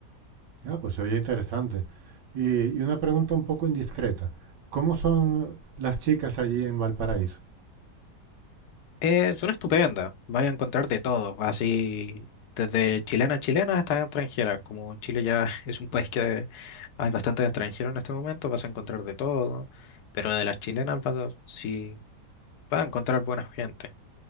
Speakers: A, on the right (about 80°); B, on the left (about 70°).
A: Ah, pues se oye interesante. Y, y una pregunta un poco indiscreta. ¿Cómo son las chicas allí en Valparaíso?
B: Eh, son estupendas, vas a encontrar de todo, así desde chilenas chilenas hasta extranjeras. Como Chile ya <laughs> es un país que hay bastantes extranjeros en este momento, vas a encontrar de todo, pero de las chilenas vas a, sí, vas a encontrar buena gente,